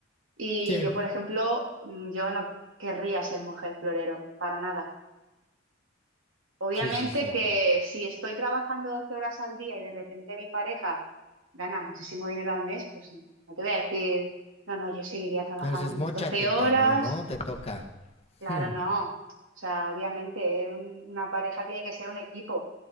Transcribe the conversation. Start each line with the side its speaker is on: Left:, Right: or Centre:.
Right: Y
Left: Sí,
Right: yo, por ejemplo, mm, yo no querría ser mujer florero, para nada. Obviamente
Left: sí, sí, cierto.
Right: que si estoy trabajando 12 horas al día y de repente mi pareja gana muchísimo dinero al mes, pues no te voy a decir, no, no, yo seguiría trabajando
Left: Entonces,
Right: mis
Left: mochate,
Right: 12 horas.
Left: cabrón, ¿no? Te toca.
Right: Claro,
Left: Hmm,
Right: no. O sea, obviamente un- una pareja tiene que ser un equipo,